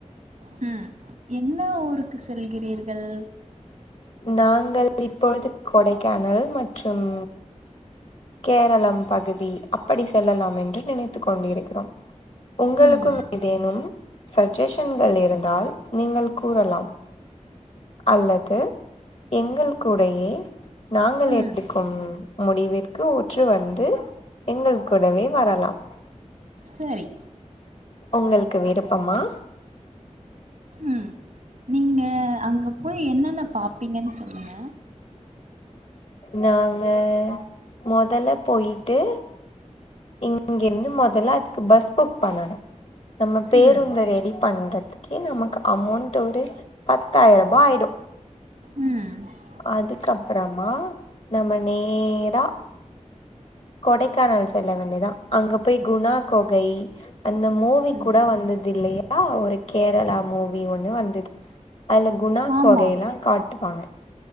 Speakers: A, on the right; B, on the left.
A: ம் என்ன ஊருக்கு செல்கிறீர்கள்
B: நாங்கள் இப்பொழுது கொடைக்கானல் மற்றும் கேரளம் பகுதி அப்படி செல்லலாம் என்று நினைத்து கொண்டிருக்கிறோம் உங்களுக்கும்
A: ம்
B: ஏதேனும் சஜெஷன்கள் இருந்தால் நீங்கள் கூறலாம் அல்லது எங்கள் கூடயே நாங்கள்
A: ம்
B: எடுக்கும் முடிவிற்கு ஒற்று வந்து எங்கள் கூடவே வரலாம்
A: செரி
B: ஒங்கள்க்கு விருப்பமா
A: ம் நீங்க அங்க போய் என்னென்ன பாப்பீங்கன் சொல்லுங்க
B: நாங்க மொதல போயிட்டு இங்கிருந்து மொதல்ல அதுக்கு பஸ் புக் பண்ணணு நம்ம பேருந்த
A: ம்
B: ரெடி பண்றதுக்கே நமக்கு அமௌண்ட் ஒரு பத்தாயிர ரூபா ஆயிடு
A: ம்
B: அதுக்கப்றமா நம்ம நேரா கொடைக்கானல் செல்ல வேண்டியதா அங்க போய் குணா கொகை அந்த மூவி
A: ம்
B: கூட வந்தது இல்லயா ஒரு கேரளா மூவி ஒண்ணு வந்தது அதுல குணா
A: ஆமா
B: கொகையிலா காட்டுவாங்க